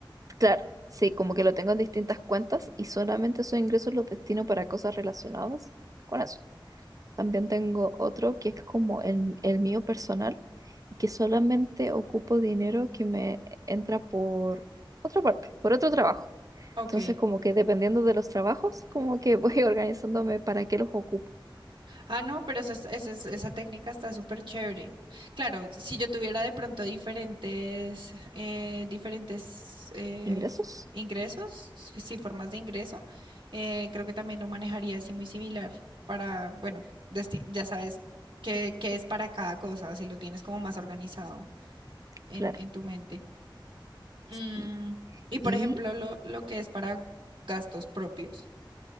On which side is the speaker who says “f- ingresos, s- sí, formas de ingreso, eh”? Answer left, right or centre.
Right